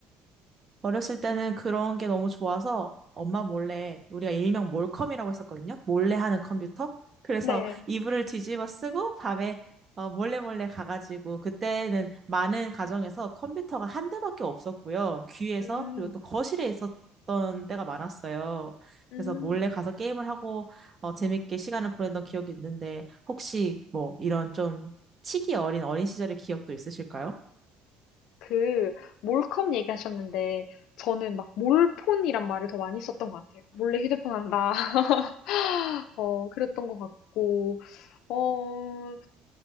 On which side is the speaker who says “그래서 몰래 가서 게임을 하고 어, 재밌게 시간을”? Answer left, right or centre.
Right